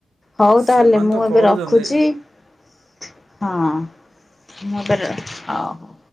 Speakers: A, on the left; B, on the right.
A: ହଉ ତାହେଲେ
B: ସେମାନେ
A: ମୁଁ
B: ତ
A: ଏବେ
B: କରୁଛନ୍ତି
A: ରଖୁଛି। <inaudible> ହଁ। <inaudible> ହଉ